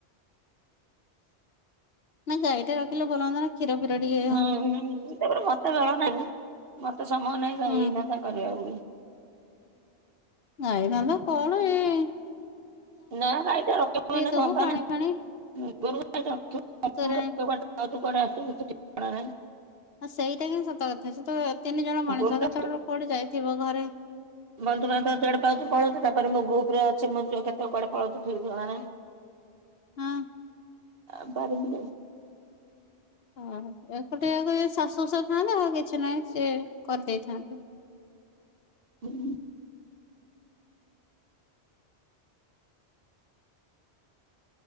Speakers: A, on the left; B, on the right.
A: ନା ଗାଈ ଟା ରଖିଲେ ଭଲ ମନ୍ଦ ନା କ୍ଷୀର ଫିର ଟିକିଏ
B: ହୁଁ ହୁଁ ତାପରେ ମତେ ଦଳ ନାହିଁ ମତେ ସମୟ ନାହିଁ ଗାଈ
A: ହୁଁ
B: ଧନ୍ଧା କରିବାକୁ ବି
A: ଗାଇ ଧନ୍ଦା ବାବା କଣ ଏଇ
B: ନା ଗାଇଟା ରଖିବୁ ମାନେ
A: ଦବୁ
B: ଧନ୍ଦା
A: ପାଣି
B: ନା <inaudible>
A: ଫାଣି
B: ପୁର୍ବରୁ ଗାଇଟା ରଖିବ
A: ତୋରାଣି
B: <inaudible> କେତେକୁଆଡେ ଆଉ ତୁ କୁଆଡେ ଆସୁଛୁ କିଛି ଟିପଣା ନାହିଁ।
A: ଆଉ ସେଇଟା ହିଁ ସତ କଥା ସେ ତ ତିନି ଜଣ ମଣିଷ
B: ଗୋରୁଟା
A: କେତେବେଳେ କୁଆଡେ ଯାଇଥିବ ଘରେ
B: ବନ୍ଧୁ ବାନ୍ଧବ ଯୁଆଡେ ପାଉଛି ପଳଉଛି ତାପରେ ଗ୍ରୁପରେ ଅଛି ମୋ ଅ କେତେବେଳେ କୁଆଡେ ପଳଉଛି ଠିକ୍ ଠିକଣା ନାହିଁ। <inaudible>
A: ହଁ।
B: ଆ ବାରିପଟେ।
A: ହ ଏକୁଟିଆକୁ ଶାଶୁ ଶଶୁର ଥାଆନ୍ତେ ଆଉ କିଛି ନାହିଁ ସିଏ କରିଦେଇଥାନ୍ତେ।
B: ହୁଁ।